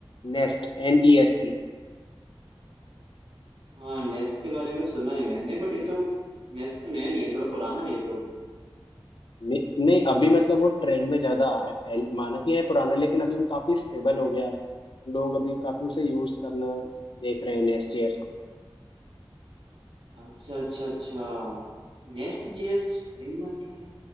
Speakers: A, on the left; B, on the right.
A: Nest N E S T
B: हाँ नेस्ट के बारे में सुना है मैंने बट ये तो नेस्ट तो नया नहीं है थोड़ा पुराना है ये तो
A: नहीं अभी मतलब वो ट्रेंड में ज्यादा आ रहा है पहले माना कि है पुराना लेकिन अभी वो काफी स्टेबल हो गया है लोग अभी काफी उसे यूज करना देख रहे हैं नेस्ट जेएस को
B: अच्छा अच्छा अच्छा नेस्ट जेएस फ्रेमवर्क है